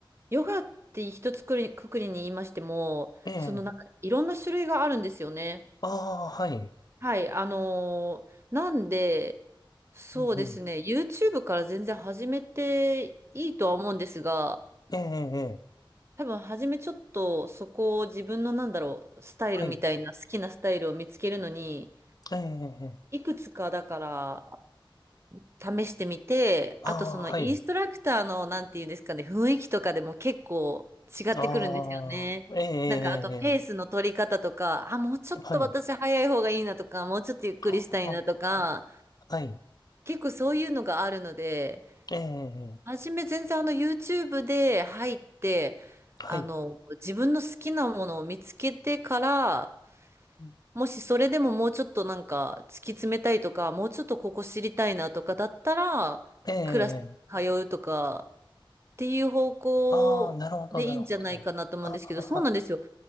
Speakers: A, on the right; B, on the left.
A: ヨガって一つくり、くくりに言いましても、
B: ええ。
A: そのなんかいろんな種類があるんですよね。
B: ああ、はい。
A: はい、あのーなんで、そうですね、
B: うんうん。
A: YouTube から全然始めていいとは思うんですが、
B: ええ、ええ、ええ
A: 多分初めちょっとそこを自分のなんだろう、スタイルみたいな好きなスタイルを見つけるのに、
B: はい。ええ、ええ。ええ
A: いくつかだから試してみて、
B: ああ、
A: あとそのインストラクターの、
B: はい。
A: なんていうんですかね、雰囲気とかでも結構違ってくるんですよね。
B: ああ、ええ、ええ、
A: なんかあとペースの取り方とか、あ、もうちょっと私早い方がいいなとか、
B: ええはい。
A: もうちょっとゆっくりしたいなとか、
B: ああ、はい。
A: 結構そういうのがあるので、
B: ええ、ええ
A: 初め全然あの YouTube で入って、
B: はい。
A: あの、自分の好きなものを見つけてから、
B: うん
A: もしそれでももうちょっとなんか突き詰めたいとか、もうちょっとここ知りたいなとかだったら、
B: ええ、
A: クラス通うとかっていう方向でいいんじゃないかなと思うんですけど、
B: ああー、なるほど、なるほど。ああ、
A: そうなんですよ。